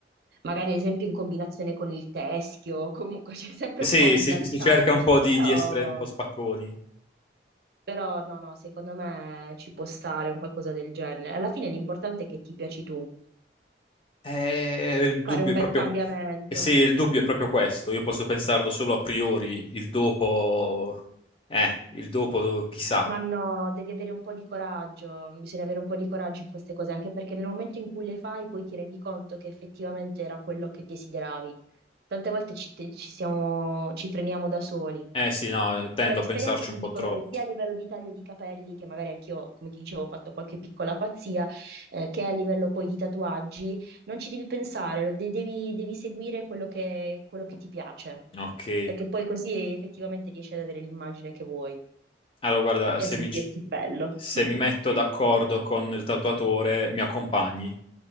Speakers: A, on the right; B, on the left.
A: magari ad esempio in combinazione con il teschio, comunque <laughs> c'è sempre
B: sì,
A: un po' a bilanciare,
B: si, si cerca un po' di,
A: però,
B: di essere un po' spacconi.
A: però no, no, secondo me ci può stare un qualcosa del genere. Alla fine l'importante è che ti piaci tu,
B: Eh, il
A: fare
B: dubbio
A: un
B: è
A: bel
B: proprio...
A: cambiamento.
B: eh sì, il dubbio è proprio questo. Io posso pensarlo solo a priori, il dopo... Eh, il dopo chissà.
A: Ma no, devi avere un po' di coraggio, bisogna avere un po' di coraggio in queste cose, anche perché nel momento in cui le fai poi ti rendi conto che effettivamente era quello che desideravi. Tante volte ci, te- ci siamo, ci freniamo da soli.
B: Eh sì, no, tendo
A: Per esperienza
B: a pensarci
A: ti
B: un po'
A: dico
B: troppo.
A: che sia a livello di taglio di capelli, che magari anch'io, come ti dicevo, ho fatto qualche piccola pazzia, eh, che a livello poi di tatuaggi, non ci devi pensare, lo de- devi, devi seguire quello che quello che ti piace,
B: Ok.
A: perché poi così effettivamente riesci ad avere l'immagine che vuoi
B: Allora, guarda,
A: e
B: se
A: sentirti
B: mi,
A: bello.
B: se
A: <laughs>
B: mi metto d'accordo con il tatuatore, mi accompagni.